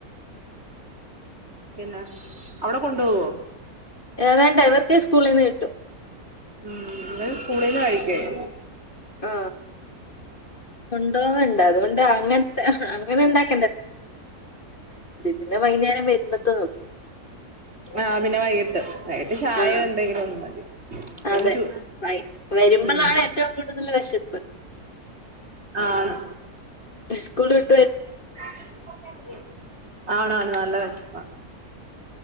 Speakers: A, on the right; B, on the left.
A: പിന്നെ, അവിടെ കൊണ്ടുപോവോ
B: എ, വേണ്ട ഇവർക്ക് വർക്ക് സ്കൂളിന്ന് കിട്ടു
A: ഉ ഇത് സ്കൂളിന്ന് കഴിക്കുവായിരുന്നു
B: ആ കൊണ്ടോവൽ അതുകൊണ്ട് അങ്ങനത അങ്ങനെണ്ടാടായിയിട്ടുണ്ട് പിന്നെ വൈകുന്നേരം വരുമ്പത്തെ നോക്കിയാ
A: ആ പിന്നെ വൈകിട്ട്
B: മതി
A: ചായോ
B: ആ
A: എന്തെങ്കിലും ഒന്നും മതി പിന്നെ
B: അതെ
A: ടു
B: വരുമ്പോഴാണ്
A: ഉം
B: ഏറ്റവും കൂടുതൽ വശിപ്പ്
A: ആണ്
B: സ്ക്കൂള് വിട്ട് -
A: താമസിച്ചു പോണ മതിയായിരുന്നു ആണാണ് നല്ല വേശപ്പ